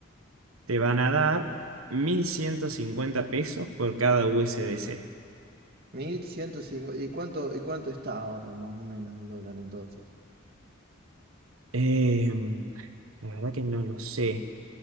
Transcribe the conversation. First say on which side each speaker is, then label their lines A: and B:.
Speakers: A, on the right; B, on the right.
A: te van a dar 1.150 pesos por cada USDC.
B: 1150, ¿y cuánto, y cuánto está ahora más o menos el dólar entonces?
A: Em, la verdad que no lo sé.